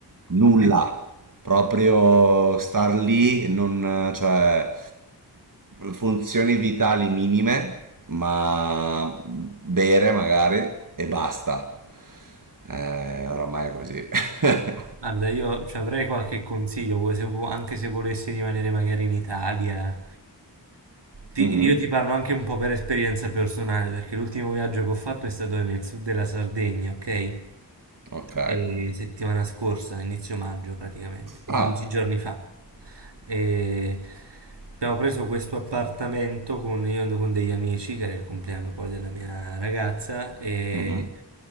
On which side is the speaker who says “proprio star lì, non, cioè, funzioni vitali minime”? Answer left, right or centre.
Right